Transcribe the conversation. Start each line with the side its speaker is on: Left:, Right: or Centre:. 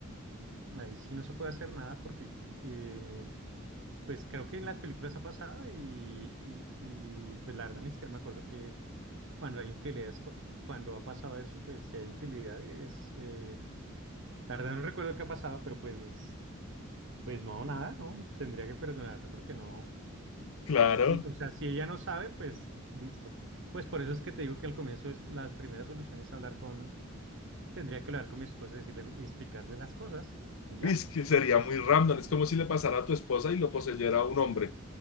Right: Ahí sí no se puede hacer nada porque, eh, pues creo que en las películas ha pasado y, y, y, pues la verdad ni siquiera me acuerdo que cuando hay infidelidades, cu- cuando ha pasado eso, pues si hay infidelidades, eh, la verdad no recuerdo qué ha pasado, pero pues, pues no, nada, ¿no? Tendría que perdonar porque no,
Left: Claro,
Right: sí, o sea, si ella no sabe, pues listo. Pues por eso es que te digo que al comienzo es, las primeras soluciones es hablar con, tendría que hablar con mi esposa y decirle y explicarle las cosas y ya.
Left: Es que sería muy random, es como si le pasara a tu esposa y lo poseyera un hombre